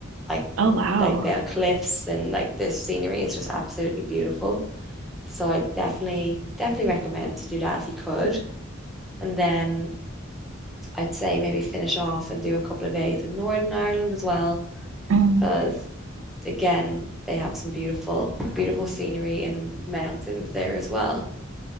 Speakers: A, in the centre; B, on the right.
A: like
B: oh wow.
A: like down cliffs and like the scenery is just absolutely beautiful. So I definitely definitely recommend to do that if you could. And then I'd say maybe finish off and do a couple of days in Northern Ireland as well,
B: Mm.
A: because again, they have some beautiful, beautiful scenery and mountains there as well.